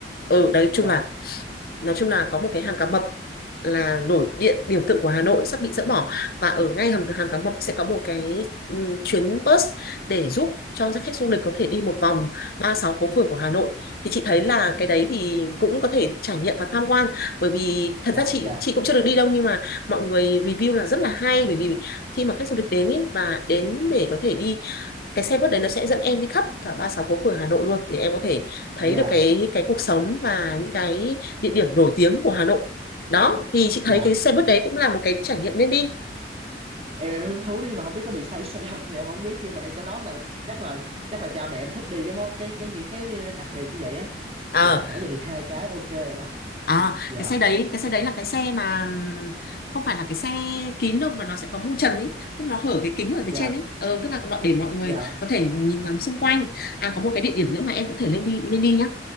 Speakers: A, on the left; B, on the right.
A: Ừ, đấy chung
B: dạ
A: là nói chung là có một cái hàm cá mập là nổi điện biểu tượng của Hà Nội sắp bị dỡ bỏ và ở ngay hầm hàm cá mập sẽ có một cái ừ, chuyến bus để giúp cho các khách du lịch có thể đi một vòng 36 phố phường của Hà Nội thì chị thấy là cái đấy thì cũng có thể trải nghiệm và tham quan bởi vì thật
B: dạ
A: ra chị
B: dạ
A: chị cũng chưa được đi đâu nhưng mà mọi người review là rất là hay bởi vì khi mà khách du lịch đến ý, và đến để có thể đi cái xe buýt đấy nó sẽ dẫn em đi khắp cả 36 phố phường Hà Nội luôn để em có thể thấy
B: dạ
A: được cái cái cuộc sống và những cái địa điểm nổi tiếng của Hà Nội đó thì chị thấy
B: dạ
A: cái xe buýt đấy cũng là một cái trải nghiệm nên đi
B: em em hứng thú đó nhưng mà không biết có bị say xe không thì em không biết nhưng mà em sẽ nói là chắc là chắc là cha mẹ em thích đi cái món cái cái những cái đặc biệt như vậy á
A: ờ
B: là hồi nãy giờ được hai cái ok rồi đó
A: à,
B: dạ
A: cái xe đấy cái xe đấy là cái xe mà ừm, không phải là cái xe kín đâu mà nó sẽ có mu trần ấy tức nó hở cái kính ở phía
B: dạ
A: trên ấy ờ, tức là mọi để mọi người
B: dạ
A: có thể nhìn ngắm xung quanh à có một cái địa điểm nữa mà em có thể lên đi lên đi nhá